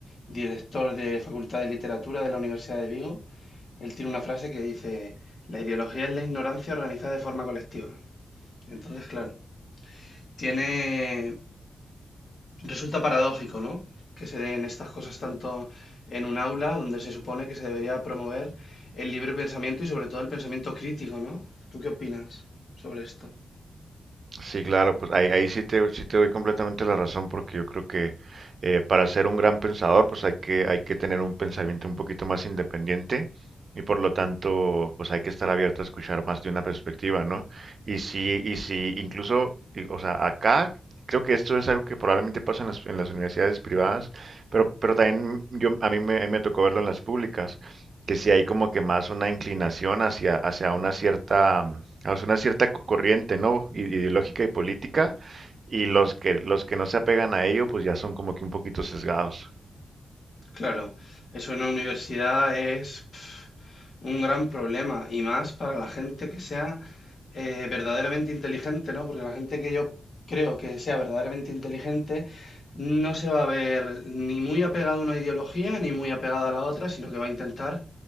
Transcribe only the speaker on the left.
director de Facultad de Literatura de la Universidad de Vigo. Él tiene una frase que dice, la ideología es la ignorancia organizada de forma colectiva. Entonces, claro, tiene Resulta paradójico, ¿no? Que se den estas cosas tanto en un aula donde se supone que se debería promover el libre pensamiento y sobre todo el pensamiento crítico, ¿no? ¿Tú qué opinas sobre esto?
Claro, eso en la universidad es pf, un gran problema y más para la gente que sea eh, verdaderamente inteligente, ¿no? Porque la gente que yo creo que sea verdaderamente inteligente no se va a ver ni muy apegada a una ideología ni muy apegada a la otra, sino que va a intentar